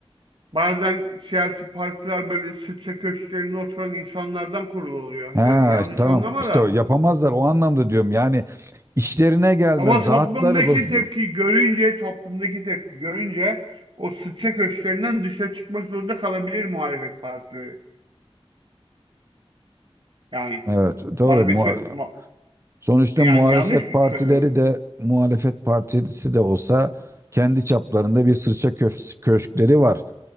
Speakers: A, on the right; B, on the right.
A: Bazen siyasi partiler böyle sıçra köşklerinde oturan insanlardan kurulu oluyor.
B: Ha,
A: Yani yanlış
B: tamam
A: anlama
B: işte
A: da.
B: o yapamazlar o anlamda diyorum yani işlerine gelmez
A: Ama toplumdaki
B: rahatları bozulur.
A: tepki görünce, toplumdaki tepki görünce o sıçra köşklerinden dışarı çıkmak zorunda kalabilir muhalefet partileri. Yani
B: Evet doğru
A: bana
B: Muha-
A: bir şey- ma-
B: sonuçta
A: yani
B: muhalefet
A: yanlış mı
B: partileri
A: söylüyorum?
B: de muhalefet partisi de olsa kendi çaplarında bir sırça köf- köşkleri var.